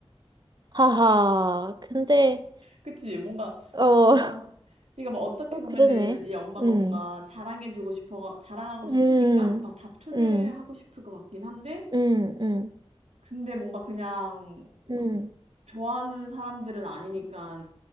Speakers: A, on the right; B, on the right.
A: 하하, 근데,
B: 그치, 뭔가,
A: 어,
B: 어.
A: <laughs>
B: 그러니까 뭐 어떻게
A: 어,
B: 보면은
A: 그러네.
B: 이 엄마가
A: 음,
B: 뭔가 자랑해주고 싶어, 자랑하고 싶으니까
A: 음,
B: 막 다 초대하고
A: 음,
B: 싶을 것 같긴 한데,
A: 음, 음,
B: 근데 뭔가 그냥
A: 음,
B: 좋아하는 사람들은 아니니까